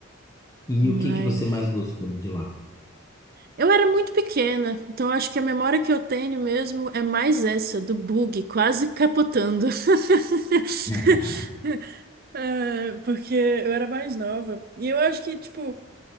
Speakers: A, on the left; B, on the right.
A: E
B: Mas
A: o que que você mais gostou de lá?
B: eu era muito pequena, então acho que a memória que eu tenho mesmo é mais essa, do bug quase capotando. <laughs>
A: <laughs>
B: É, porque eu era mais nova. E eu acho que, tipo,